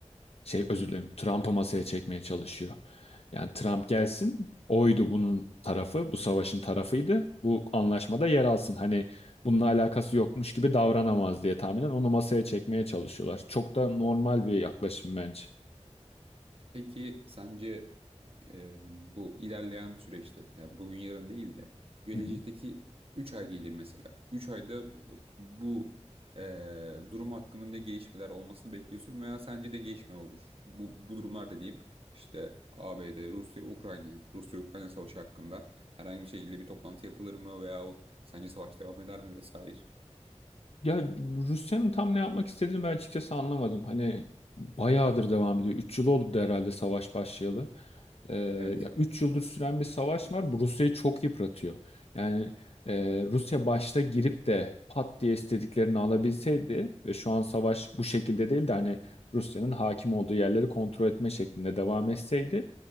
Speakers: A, on the left; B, on the right.
A: Şey özür
B: Hmm.
A: dilerim Trump'ı masaya çekmeye çalışıyor. Yani Trump gelsin oydu bunun tarafı bu savaşın tarafıydı bu anlaşmada yer alsın. Hani bununla alakası yokmuş gibi davranamaz diye tahminen onu masaya çekmeye çalışıyorlar. Çok da normal bir yaklaşım bence.
B: Peki sence e, bu ilerleyen süreçte yani bugün yarın değil de gelecekteki
A: Hı hı.
B: 3 ay diyelim mesela. üç ayda bu bu, e, durum hakkında ne gelişmeler olmasını bekliyorsun veya sence de gelişme olur? Bu, bu durumlar dediğim işte ABD, Rusya, Ukrayna, Rusya-Ukrayna savaşı hakkında herhangi bir şekilde bir toplantı yapılır mı veyahut sence savaş devam eder mi vesaire?
A: Ya Rusya'nın tam ne yapmak istediğini ben açıkçası anlamadım. Hani bayağıdır devam ediyor. 3 yıl oldu herhalde savaş başlayalı. Ee,
B: Evet.
A: ya 3 yıldır süren bir savaş var. Bu Rusya'yı çok yıpratıyor. Yani e, Rusya başta girip de pat diye istediklerini alabilseydi ve şu an savaş bu şekilde değil de hani Rusya'nın hakim olduğu yerleri kontrol etme şeklinde devam etseydi